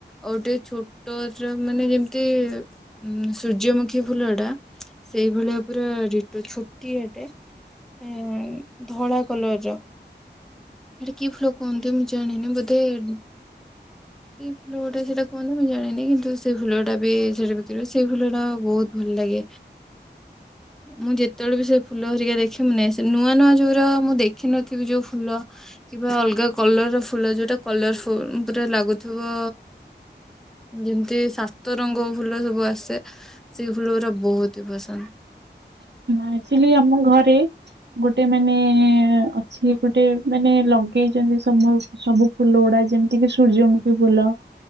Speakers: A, in the centre; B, on the right.
A: ଆଉ ଟେ ଛୋ ଟ <unintelligible> ମାନେ ଯେମିତି ଉଁ ସୂର୍ଯ୍ୟମୁଖୀ ଫୁଲଟା ସେଇଭଳିଆ ପୁରା ଡିଟୋ ଛୋଟିଆଟେ ଏ ଧଳା କଲର ର ସେଟା କି ଫୁଲ କୁହନ୍ତି ମୁଁ ଜାଣିନି ବୋଧେ କି ଫୁଲ ଗୁଟେ ସେଇଟା କୁହନ୍ତ ମୁଁ ଜାଣିନି କିନ୍ତୁ ସେଇ ଫୁଲଟା ବି ସେଠା ବିକ୍ରି ହୁଏ ସେଇ ଫୁଲ ଟା ବହୁତ ଭଲ ଲାଗେ ମୁଁ ଯେତେବେଳେ ବି ସେ ଫୁଲ ହେରିକା ଦେଖେ ମୁଁ ଆସେ ନୂଆ ନୂଆ ଯୋଉର ମୁଁ ଦେଖି ନ ଦେଖିବି ଯୋଉ ଫୁଲ ବା ଅଲଗା କଲର ର ଫୁଲ ଯୋଉଟା କଲର ଫୁଲ୍ ପୁରା ଲାଗୁଥିବ। ଯେମିତି ସାତ ରଙ୍ଗ ଫୁଲ ସବୁ ଆସେ ସେଇ ଫୁଲ ଗୁରା ବହୁତ ହି ପସନ୍ଦ।
B: ଆଚ୍ୟୁଆଲି ଆମ ଘରେ ଗୋଟେ ମାନେ ଅଛି ଗୋଟେ ମାନେ ଲଗେଇଛନ୍ତି ସମ୍ ସବୁ ଫୁଲ ଗୁଡା ଯେମିତିକି ସୂର୍ଯ୍ୟମୁଖୀ ଫୁଲ।